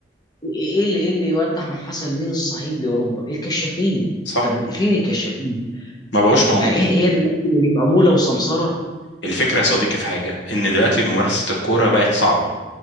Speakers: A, on the left; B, on the left.
A: ايه اللي ايه اللي يوضح من حسن مين الصعيد لاوروبا الكشافين
B: صح
A: طب فين الكشافين
B: ما بقوش موجودين
A: يعني هي هي دلوقتي بقت عموله وسمسره
B: الفكره يا صديقي في حاجه ان دلوقتي ممارسه الكوره بقت صعبه